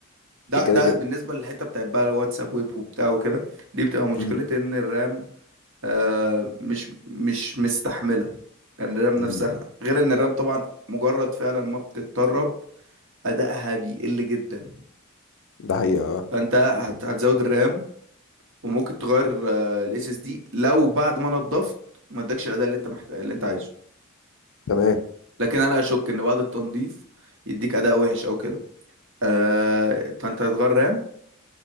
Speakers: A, on the right (about 60°); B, on the left (about 65°).
A: ده
B: لي كده
A: ده
B: كده
A: بالنسبه للحته بتاعت بقى الواتساب ويب وبتاع وكده دي بتبقى مشكله
B: امم
A: ان الرام آه مش مش مستحمله الرام نفسها
B: امم
A: غير ان الرام طبعا مجرد فعلا ما بتتطرب ادائها بيقل جدا
B: ده حقيقة اه
A: فانت هت- هتزود الرام وممكن تغير الاس اس دي لو بعد ما نضفت ما ادكش الاداء اللي انت محتاج اللي انت عايزه
B: تمام
A: لكن انا اشك ان بعد التنظيف يديك اداء وحش او كده آه فانت هتغير رام